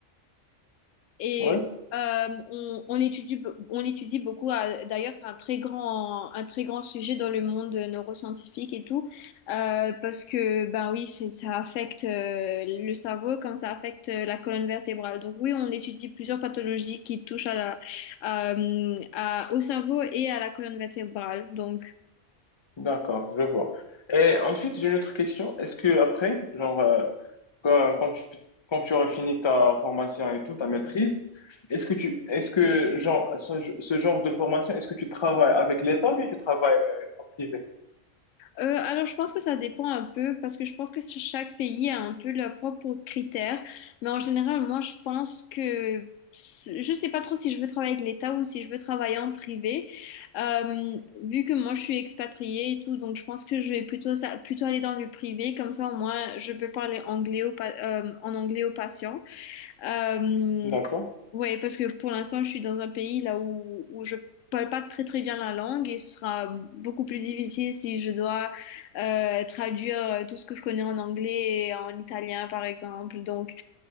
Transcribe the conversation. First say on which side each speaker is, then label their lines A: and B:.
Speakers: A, on the left; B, on the left.
A: Et
B: Ouais,
A: euh, on, on étudie, be- on étudie beaucoup, à- d'ailleurs c'est un très grand, un très grand sujet dans le monde neuroscientifique et tout, euh, parce que ben oui, c'est- ça affecte euh, le cerveau comme ça affecte euh, la colonne vertébrale. Donc oui, on étudie plusieurs pathologies qui touchent à la, à, euh, à- au cerveau et à la colonne vertébrale. Donc.
B: d'accord, je vois. Et ensuite, j'ai une autre question. Est-ce que après, genre, euh, Quand, quand tu, quand tu auras fini ta formation et tout, ta maîtrise, est-ce que tu, est-ce que genre, ce, ce genre de formation, est-ce que tu travailles avec l'État ou bien tu travailles euh, en privé?
A: Euh, alors, je pense que ça dépend un peu parce que je pense que ch- chaque pays a un peu leurs propres critères. Mais en général, moi, je pense que c- je sais pas trop si je veux travailler avec l'État ou si je veux travailler en privé. Euh, vu que moi, je suis expatriée et tout, donc je pense que je vais plutôt, ça, plutôt aller dans le privé. Comme ça, au moins, je peux parler anglais au pa- euh, en anglais aux patients. Euh,
B: D'accord.
A: ouais, parce que pour l'instant, je suis dans un pays là où, où je parle pas très très bien la langue et ce sera beaucoup plus difficile si je dois euh, traduire euh, tout ce que je connais en anglais et en italien, par exemple. Donc,